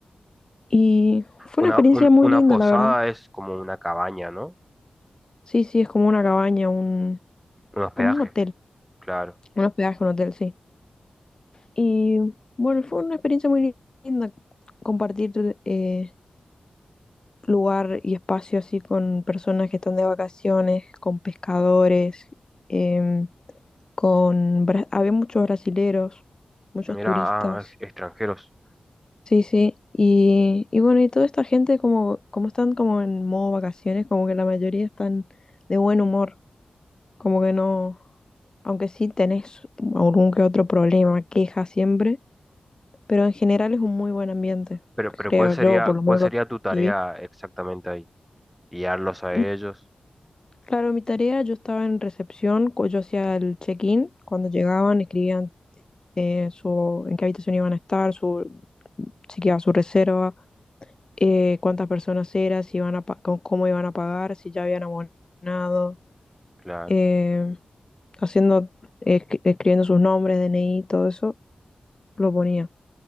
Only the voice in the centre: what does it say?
Una,
un-
una
posada
es como una cabaña, ¿no?
Un hospedaje,
claro.
Mira,
ah, ex- extranjeros.
Pero, pero
¿cuál sería,
cuál
sería
tu tarea
exactamente ahí? Guiarlos a
ellos,
claro.